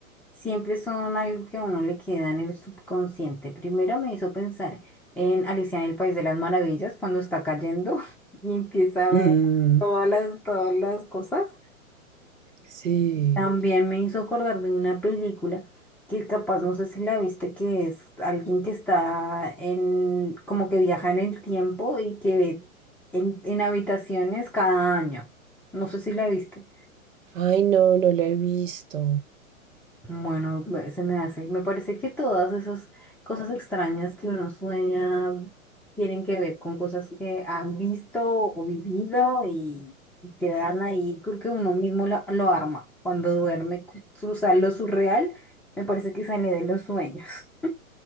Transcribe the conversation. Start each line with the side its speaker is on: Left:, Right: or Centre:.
Centre: siempre son algo que a uno le queda en el subconsciente. Primero me hizo pensar en Alicia en el País de las Maravillas, cuando está cayendo <laughs> y empieza a
Right: Mm,
Centre: ver todas las, todas las cosas.
Right: sí.
Centre: También me hizo acordar de una película que capaz no sé si la viste, que es alguien que está en, como que viaja en el tiempo y que ve en, en habitaciones cada año. No sé si la viste.
Right: Ay, no, no la he visto.
Centre: Bueno, ve- se me hace. Me parece que todas esas cosas extrañas que uno sueña tienen que ver con cosas que han visto o vivido y quedan ahí. Creo que uno mismo lo, lo arma. Cuando duerme, cu- su sal- lo surreal, me parece que sale de los sueños. <laughs>